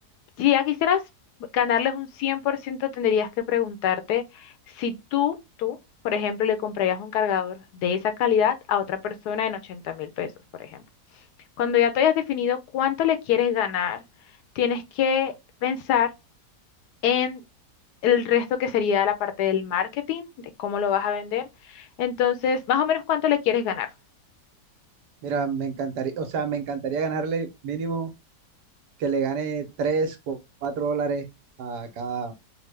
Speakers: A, on the left (about 75°); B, on the right (about 75°).
A: Si ya quisieras ganarles un 100%, tendrías que preguntarte si tú, tú, por ejemplo, le comprarías un cargador de esa calidad a otra persona en ochenta mil pesos, por ejemplo. Cuando ya te hayas definido cuánto le quieres ganar, tienes que pensar en el resto que sería la parte del marketing, de cómo lo vas a vender. Entonces, más o menos cuánto le quieres ganar.
B: Mira, me encantaría, o sea, me encantaría ganarle mínimo que le gane tres, cuatro dólares a cada